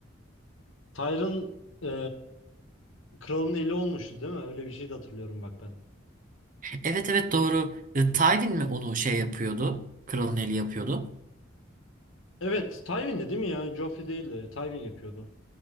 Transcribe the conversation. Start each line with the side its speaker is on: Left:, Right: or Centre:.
Left: Tyrion e, kralın eli olmuştu değil mi? Öyle bir şey de hatırlıyorum bak ben.
Right: Evet evet doğru. E, Tywin mi onu şey yapıyordu? Kralın eli yapıyordu.
Left: Evet, Tywin'di değil mi ya? Joffrey değildi. Tywin yapıyordu.